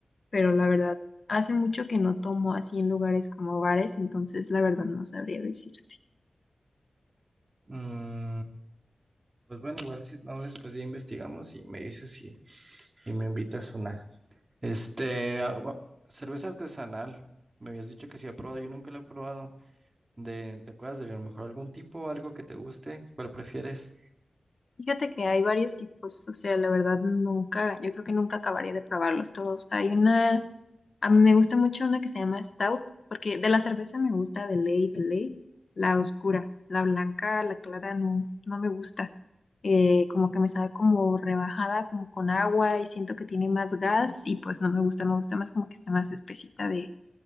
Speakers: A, on the left (about 60°); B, on the right (about 40°).
A: pero la verdad hace mucho que no tomo así en lugares como bares, entonces la verdad no sabría decirte.
B: Mm, pues bueno, igual si no, después ya investigamos y me dices si y me invitas una. Este, agua- cerveza artesanal. Me habías dicho que sí he probado, yo nunca la he probado. De, ¿te acuerdas de a lo mejor algún tipo, algo que te guste? ¿Cuál prefieres?
A: Fíjate que hay varios tipos, o sea, la verdad nunca, yo creo que nunca acabaría de probarlos todos. Hay una, a mí me gusta mucho una que se llama Stout, porque de la cerveza me gusta de ley, de ley, la oscura, la blanca, la clara no, no me gusta. Eh, como que me sabe como rebajada, como con agua y siento que tiene más gas y pues no me gusta, me gusta más como que está más espesita de,